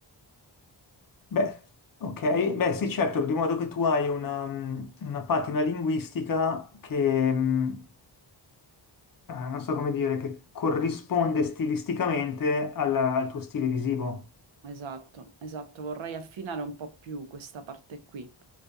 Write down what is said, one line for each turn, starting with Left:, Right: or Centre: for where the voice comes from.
Left: Beh, ok. Beh, sì, certo, di modo che tu hai una, mh, una patina linguistica che, mh, eh, non so come dire, che corrisponde stilisticamente alla- al, tuo stile visivo.
Right: Esatto, esatto, vorrei affinare un po' più questa parte qui.